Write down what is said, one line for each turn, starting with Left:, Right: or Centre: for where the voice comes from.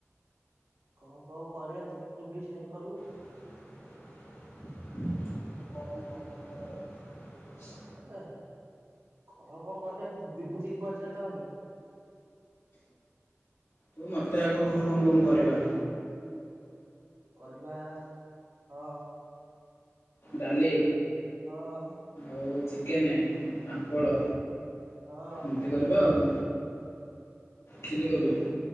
Right: କଣ କଣ କରିବା ତୁ ତୁ ଡିସାଇଡ୍ କରୁନୁ।
Left: ତୁ କୋହୁନୁ କଣ କଣ କରିବା?
Right: ଏ କଣ କଣ କରିବା ବିଭୂତିକୁ ପଚାରି ଦବା କି?
Left: ତୁ ମତେ ଆଗ କହ କଣ କଣ କରିବା?
Right: କରିବା ହଁ।
Left: ଡାଲି
Right: ହଁଅ।
Left: ଆଉ ଚିକେନେ, ପାମ୍ପଡ଼
Right: ହଁ
Left: ଏ କରିବା ଆଉ ଚିଲ୍ଲି କୋବି
Right: ଏଇ